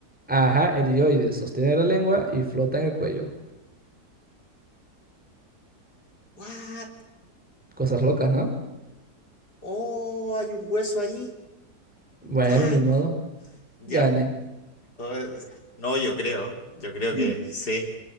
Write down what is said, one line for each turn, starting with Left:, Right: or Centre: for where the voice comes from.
Centre: Ajá, helioides, sostiene la lengua y flota en el cuello.
Left: What?
Centre: Cosas locas, ¿no?
Left: Oh, hay un hueso ahí.
Centre: Bueno,
Left: Tat.
Centre: ni modo.
Left: Ya.
Centre: Gane.
Left: Pues, No, yo creo, yo creo que
Centre: Mm.
Left: sí,